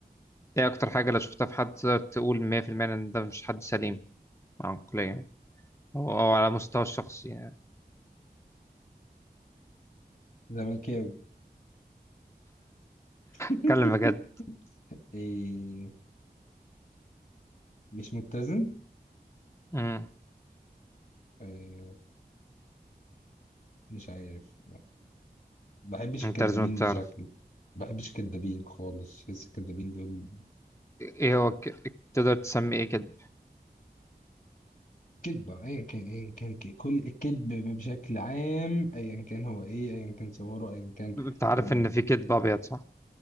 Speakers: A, on the left; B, on the left.
A: ايه اكتر حاجة لو شفتها في حد تقدر تقول 100% ان ده مش حد سليم عقليا يعني او أو على مستوى الشخصي يعني
B: زملكاوي <laughs>
A: اتكلم بجد
B: إيه مش متزن
A: امم
B: إيه مش عارف ما بحبش
A: انت
B: الكدابين
A: لازم تعرف
B: بشكل ما بحبش الكدابين خالص بحس الكدابين دول
A: ايه هو ك... تقدر تسمي ايه كده
B: كذبة ايا كان ايا كان ك- كل الكذب بشكل عام ايا كان هو ايه ايا كان صوره ايا كان
A: انت عارف
B: بقى.
A: ان في كدب ابيض صح